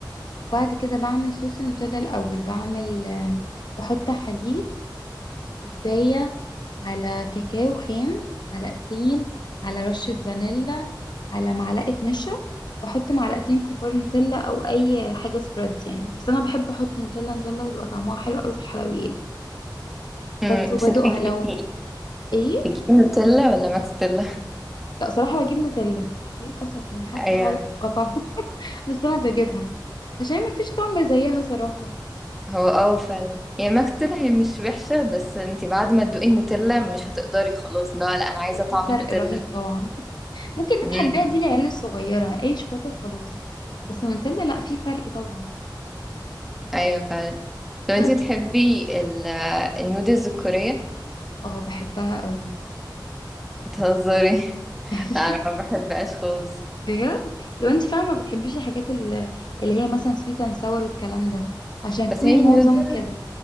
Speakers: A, on the left (about 65°); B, in the centre.
A: وبعد كده بعمل صوص النوتيلا الأول بعمل آه بحط حليب كوباية على كاكاو خام معلقتين على رشة فانيلا على معلقة نشا بحط معلقتين كبار نوتيلا أو أي حاجة سبريد يعني بس أنا بحب أحط نوتيلا نوتيلا بيبقى طعمها حلو أوي في الحلويات
B: امم
A: بس وبدوقها
B: بس انت بتجيبي
A: لو إيه
B: بتجيبي نوتيلا ولا ماكس تيلا
A: لا صراحة بجيب نوتيلا للأسف يعني حتى
B: ايوه
A: بعد القطع <laughs> بس أنا بجيبها عشان مفيش طعم زيها صراحة
B: هو اه فعلا يعني ماكس تيلا هي مش وحشة بس انتي بعد ما تدوقي النوتيلا مش هتقدري خلاص لا لا انا عايزة
A: وفي
B: طعم
A: فرق
B: النوتيلا
A: رهيب طبعا ممكن
B: امم
A: نضحك بيها دي العيال الصغيرة أي شوكولاتة وخلاص بس نوتيلا لا في فرق طبعا
B: ايوه فعلا لو
A: بس
B: انتي بتحبي ال- آه، النودلز الكورية
A: اه بحبها قوي <laughs>
B: بتهزري <laughs>
A: أيوه
B: لا انا ما بحبهاش خالص
A: بجد لو انت فاهمة ما بتحبيش الحاجات ال- اللي هي مثلا سويت اند ساور والكلام ده عشان
B: بس
A: كوري
B: هي النودل
A: معظمه كده